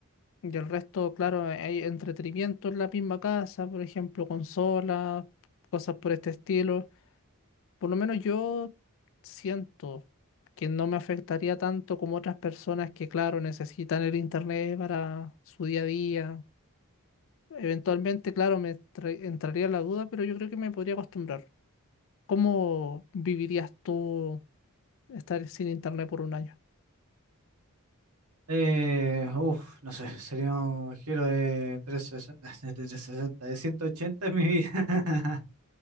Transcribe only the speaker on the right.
Eh, uf, no sé, sería un giro de 360, <laughs> de 360, de 180 en mi vida. <laughs>